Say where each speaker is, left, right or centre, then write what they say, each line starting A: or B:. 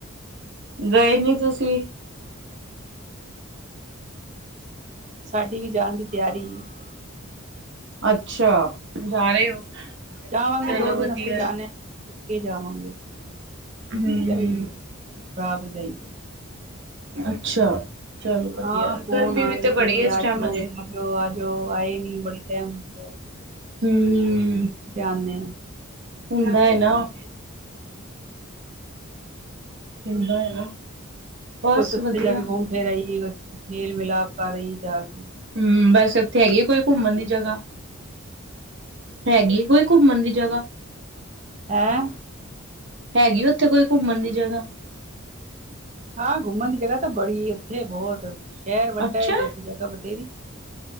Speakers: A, on the right; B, on the right.
A: ਗਏ ਨੀ ਤੁਸੀਂ?
B: ਸਾਡੀ ਵੀ ਜਾਣ ਦੀ ਤਿਆਰੀ ਈ ਐ
A: ਅੱਛਾ, ਜਾ ਰਹੇ ਹੋ
B: ਜਾਵਾਂਗੇ
A: ਚਲੋ
B: ਦੋ ਦਿਨ
A: ਵਧੀਆ
B: ਆਸਤੇ ਜਾਣਾ
A: ਹੈ।
B: ਏ, ਕੀ ਜਾਵਾਂਗੇ,
A: ਹੂੰ
B: ਭਰਜਾਈ ਭਰਾ ਭਰਜਾਈ
A: ਅੱਛਾ ਚਲੋ ਵਧੀਆ
B: ਹਾਂ ਫੌਣ
A: ਗਰਮੀ
B: ਆਰ
A: ਵੀ
B: ਰਹੇ
A: ਤੇ ਬੜੀ
B: ਕਹਂਦੇ,
A: ਹੈ ਇਸ
B: ਆਜਓ
A: ਟਾਈਮ ਅਜੇ।
B: ਆਜਓ ਆ ਜਾਓ, ਆਏ ਨੀ ਬੜੀ ਟਾਈਮ <unintelligible>
A: ਹੂ,
B: ਗਏ ਆਨੇ
A: ਹੁੰਦਾ ਏ ਨ। ਹੁਨਦਾ ਹੈ ਨਾ ਬਸ
B: ਕੁੱਛ ਉੱਥੇ
A: ਵਧੀਆ।
B: ਜਾ ਕੇ ਘੁੰਮ ਫਿਰ ਆਈ ਏ, ਕੁੱਛ ਮੇਲ ਮਿਲਾਪ ਕਰ ਆਈ ਜਾ ਕੇ
A: ਹੂ, ਵੈਸੇ ਉੱਥੇ ਹੈਗੀ ਐ, ਕੋਈ ਘੁੰਮਣ ਦੀ ਜਗ੍ਹਾ ਹੈਗੀ ਐ ਕੋਈ ਘੁੰਮਣ ਦੀ ਜਗ੍ਹਾ?
B: ਹੈਂ?
A: ਹੈਗੀ ਉੱਥੇ ਕੋਈ ਘੁੰਮਣ ਦੀ ਜਗ੍ਹਾ?
B: ਹਾਂ ਘੁੰਮਣ ਦੀ ਜਗ੍ਹਾ ਤਾਂ ਬੜੀ ਉੱਥੇ ਬਹੁਤ, ਸ਼ਹਿਰ ਵੱਡਾ
A: ਅੱਛਾ
B: ਹੈ, ਤੇ ਉੱਥੇ ਜਗ੍ਹਾ ਬਥੇਰੀ